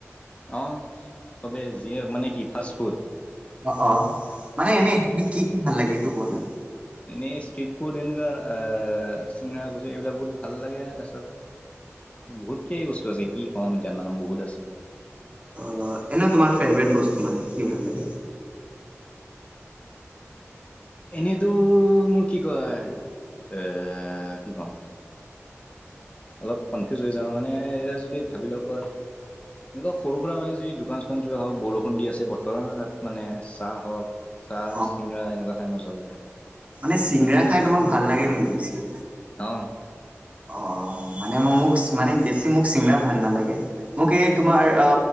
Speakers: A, on the left (about 25°); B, on the right (about 30°).
A: অ চবে যিয়ক মানে কি ফাষ্ট ফুড
B: অ অ মানে এনে কি কি ভাল লাগে এইটো কোৱা মোক
A: এনে সষ্ট্ৰীট ফুড এনেকুৱ চিঙনা কুছু এইবিলাক বহুত ভাল লাগে তছত বহুতকেই বস্তু আছে কি কম এতিয়া নাম বহুত আছে
B: অ এনে তোমাৰ ফেভাৰট বস্তু মানে কি ভাল লাগে
A: এনেইতো মোৰ কি কয় এ কি কওঁ অলপ কনফিউজ হৈ যাওঁ মানে এতিয়া যদি ভাবি লওঁ ক'ত এনেকুৱা সৰু সুৰা মানে যি দোকান চোকান কিবা হওক বৰষুণ দি আছে বতৰ তাত মানে চাহ হওক চাহ
B: অ
A: চিঙৰা এনেকুৱা খাই মজা লাগে
B: মান চিংৰা খাই তোমাক ভাল লাগে মেকি বছি
A: অ
B: অ অ মানে মই মোক মানে বেছি মোক চিঙৰা ভাল নালাগে মোক এই তোমাৰ অ